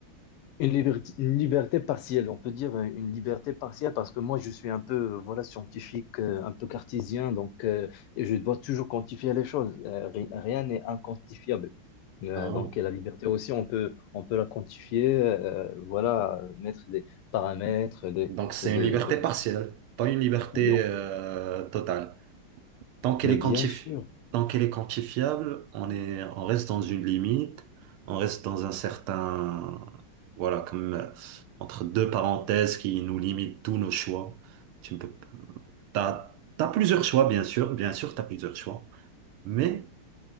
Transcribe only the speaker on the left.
Une liberté, une liberté partielle, on peut dire euh, une liberté partielle parce que moi je suis un peu euh, voilà scientifique, euh, un peu cartésien, donc euh, et je dois toujours quantifier les choses. Euh, ri- rien n'est inquantifiable. Euh,
donc et la liberté aussi, on peut on peut la quantifier, euh, voilà, mettre des paramètres, des,
des...
Oui, on-
mais
bien
sûr,